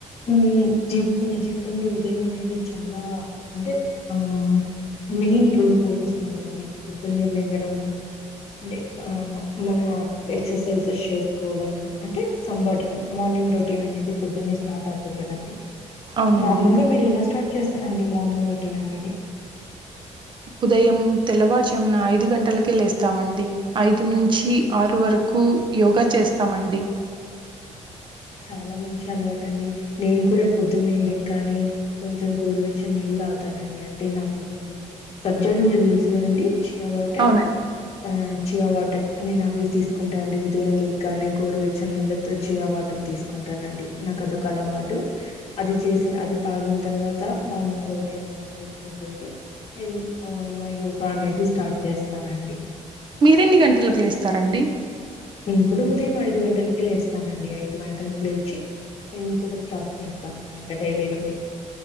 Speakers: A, on the left; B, on the right.
A: మ్మ్ జీ మన జీవితం లో ఉదయం అనేది చాలా అంటే ఆ మెయిన్ రోల్ పోషిస్తుంది కదండి పొద్దున్నే లేగడం అంటే ఆ మన ఎక్సర్సైజ్ ఎష్ చేసుకోవడం అంటే సం వాట్ మార్నింగ్ రో అనేది పొద్దున్నేస్ స్టార్ట్ అవుతుంది కదండి
B: అవునండి
A: నార్మల్ గా మీరు ఎలా స్టార్ట్ చేస్తారండి మార్నింగ్ రో టిన్ అనేది
B: ఉదయం తెల్లవారుజామున ఐదు గంటలకే లేస్తామండి ఐదు నుంచి ఆరు వరకు యోగా చేస్తామండి
A: చాలా మంచి అలవాటండి నేను కూడా పొద్దున్నే లెగ్గానే కొంచెం గోరువెచ్చని నీళ్ళు తాగుతానండి అంటే నాకు కొంచెం సబ్జాగింజలు తెలుసు కదండి చియా వాటర్
B: అవునండి
A: ఆ చియా వాటర్ నేనవి తీసుకుంటా అండి ఉదయం లెగ్గానే గోరువెచ్చని నీళ్ళతో చియా వాటర్ తీసుకుంటానండి నాకు అదొక అలవాటు అది చేసి అది తాగిన తర్వాత మామూలుగా ఉదయాన్నే బ్రెస్ చేసేసి ఎల్ ఆ నా యోగా అనేది స్టార్ట్ చేస్తానండి
B: మీరెన్ని గంటలకి లేస్తారండి
A: నేను కూడా ఉ దయం ఐదు గంటలకే లేేస్తానండి ఐదు గంటలకి లేచి నేన్ కూడా స్టార్ట్ చేస్తా అనమాట డైలీ రొటీన్